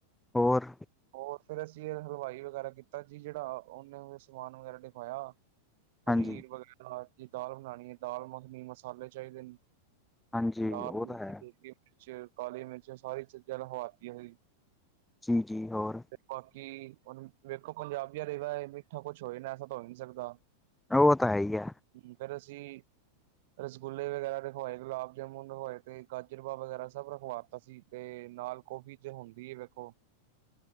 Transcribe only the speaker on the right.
ਹੋਰ ਫਿਰ ਅਸੀਂ ਇਹ ਹਲਵਾਈ ਵਗੈਰਾ ਕੀਤਾ ਸੀ ਜਿਹੜਾ ਉਹਨੇ ਸਮਾਨ ਵਗੈਰਾ ਦਿਖਵਾਇਆ। ਪਨੀਰ
ਵਗੈਰਾ ਦਾਰ ਦੀ ਦਾਲ ਬਣਾਉਣੀ ਐ, ਦਾਲ ਮੱਖਣੀ ਮਸਾਲੇ ਚਾਹੀਦੇ ਨੇ।
ਲਾਲ
ਮਿਰਚ
ਦੇਗੀ ਮਿਰਚ ਕਾਲੀ ਮਿਰਚ ਸਾਰੀ ਚੀਜ਼ਾਂ ਲਖਵਾਤੀਆਂ ਸੀ।
ਤੇ ਬਾਕੀ ਹੁਣ ਵੇਖੋ ਪੰਜਾਬੀਆਂ ਦਾ ਮਿੱਠਾ ਕੁਛ ਹੋਏ ਨਾ ਐਸਾ ਤਾਂ ਹੋ ਈ ਨੀ ਸਕਦਾ।
<unintelligible> ਅਸੀਂ ਰਸਗੁੱਲਲੇੇ ਵਗੈਰਾ ਰਖਵਾਏ ਗੁਲਾਬ ਜਾਮੁਣ ਰਖਵਾਏ ਤੇ ਗਾਜਰ ਪਾਕ ਵਗੈਰਾ ਸਭ ਰਖਵਾ ਅਸੀ ਤੇ ਨਾਲ ਕੌਫੀ ਤੇ ਹੁੰਦੀ ਐ ਵੇਖੋ।